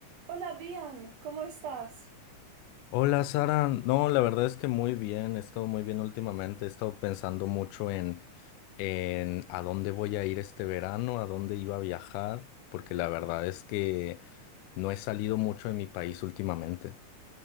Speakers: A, on the right; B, on the left.
A: Hola Brian, ¿cómo estás?
B: Hola Sara, no, la verdad es que muy bien, he estado muy bien últimamente, he estado pensando mucho en, en a dónde voy a ir este verano, a dónde iba a viajar, porque la verdad es que no he salido mucho de mi país últimamente.